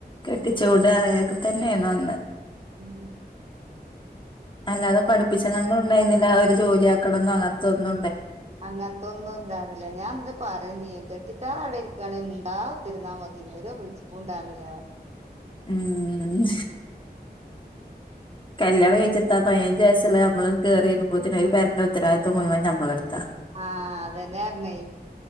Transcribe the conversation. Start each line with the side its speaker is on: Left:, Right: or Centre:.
Left: കെട്ടിച്ചൂടാ യൊക്കെ തന്നെന്ന് അന്ന്
Right: ഉം
Left: അല്ലാതെ പഠിപ്പിച്ചണന്നൊന്നുംയിന്നില്ല ഒരു ജോലി ആക്കണംന്നൊ അങ്ങൻത്തൊന്നു
Right: അങ്ങൻത്തൊന്നും ണ്ടാന്നില്ല ഞാൻന്നിട്ട് പറയും ചെയ്യും കെട്ടിച്ചാ കട്ടിട്ടാ അവിടെരി ക്കാണെ മ്ണ്ടാ ഉതിരുന്നോ മതി <unintelligible> ണ്ടായിരുന്നില്ല
Left: ഉം കല്യാണം കഴിച്ച്ഇതത്തായ് ഞാൻ വെസ്സല്ലേ ഞമ്മള് കെറിവെരുമ്പോൾതന് ഒരു പരണ്ട ഉരവാദിതം മുഴുവൻ ഞമ്മളെടുത്താ
Right: ആഹ അതന്നൊയിണ